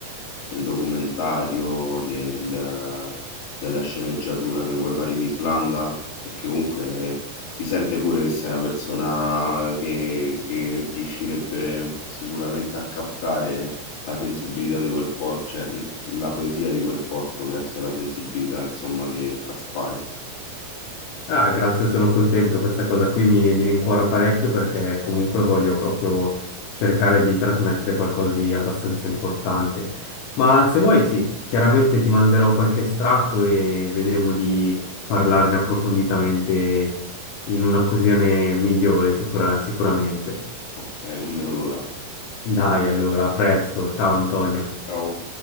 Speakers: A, on the left; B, on the left.
A: del documentario, del- della sceneggiatura che vuoi fare in Islanda, perché comunque si sente pure che sei una persona che, che riuscirebbe sicuramente a captare la sensibilità di quel posto, cioè mh, la poesia di quel posto, grazie alla sensibilità, insomma, che traspare.
B: Ah, grazie, sono contento. Questa cosa qui mi, mi rincuora parecchio perché comunque voglio proprio cercare di trasmettere qualcosa di abbastanza importante. Ma se vuoi, sì, chiaramente ti manderò qualche estratto e vedremo di parlarne approfonditamente in un'occasione migliore, sicura- sicuramente.
A: Ok, non vedo l'ora.
B: Dai, allora, a presto. Ciao Antonio.
A: Ciao.